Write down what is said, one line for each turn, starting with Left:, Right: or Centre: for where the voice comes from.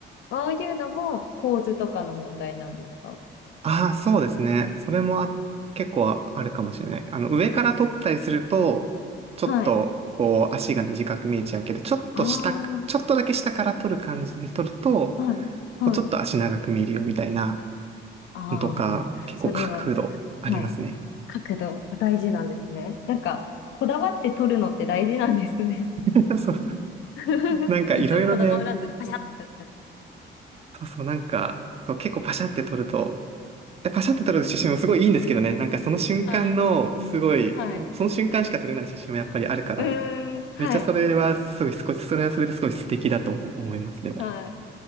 Left: ああいうのも構図とかの問題なんですか
Right: ああ、そうですね。それもあ、結構あるかもしれない。あの、上から撮ったりすると、ちょっと、
Left: はい。
Right: こう、足が短く見えちゃうけど、ちょっと下、
Left: あ
Right: ちょっとだけ下から撮る感じで撮ると、
Left: あ、はい、はい。
Right: こう、ちょっと足長く見えるよみたいな
Left: ああ、
Right: のとか、結構角度ありますね。
Left: それは、はい。角度、大事なんですね。なんか、こだわって撮るのって大事なんですね。
Right: <laughs> そう、
Left: <laughs>
Right: なんかいろいろね、
Left: いつもこだわらず、パシャッってやっちゃっ
Right: そうそう、なんか、そう、結構パシャって撮ると、えパシャって撮る写真もすごいいいんですけどね、なんかその瞬間の、
Left: た。<laughs> はい、
Right: すごい、
Left: はい。
Right: こうその瞬間しか撮れない写真もやっぱりあるから、
Left: うーん、はい、
Right: めっちゃそれはすごい少し、それはそれですごい素敵だと思います、でも。
Left: はい。